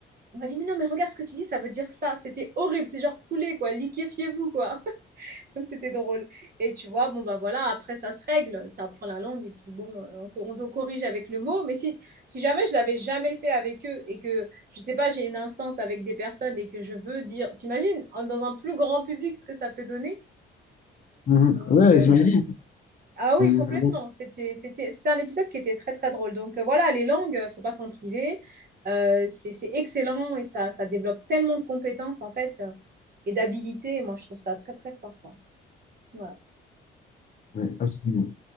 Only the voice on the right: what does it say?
On m'a dit mais non, mais regarde ce que tu dis, ça veut dire ça. C'était horrible. C'est genre couler, quoi. Liquéfiez-vous, quoi. <laughs> Donc, c'était drôle. Et tu vois, bon, bah voilà, après, ça se règle. Tu apprends la langue et puis bon, euh, on te, on te corrige avec le mot. Mais si, si jamais je l'avais jamais fait avec eux et que, je sais pas, j'ai une instance avec des personnes et que je veux dire, t'imagines, en- dans un plus grand public, ce que ça peut donner?
Donc,
euh,
ah oui,
complètement. C'était, c'était, c'était un épisode qui était très, très drôle. Donc, euh, voilà, les langues, euh, faut pas s'en priver. Euh, c'est, c'est excellent et ça, ça développe tellement de compétences, en fait, euh, et d'habilités. Moi, je trouve ça très, très fort, quoi. Voilà.